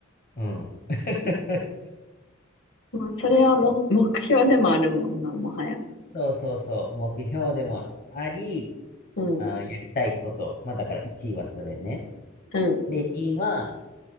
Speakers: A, on the left; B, on the left.
A: うん。<laughs>
B: う。まあ、それはも、目標でもあるもんな、もはや。
A: そうそうそう、目標でもあり、
B: うん、
A: あー、やりたいこと。まあだから1位はそれね。
B: うん、
A: で、2位は、